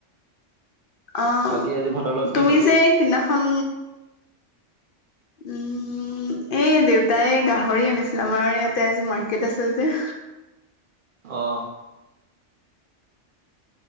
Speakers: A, on the left (about 55°); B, on the right (about 55°).
A: অ
B: বাকী আজি ভাতৰ লগত
A: তুমি
B: কি খালা?
A: যে সিদিনাখন উম এই দেউতাই গাহৰি আনিছিল আমাৰ ইয়াতে আজি মাৰ্কেট আছে যে
B: অ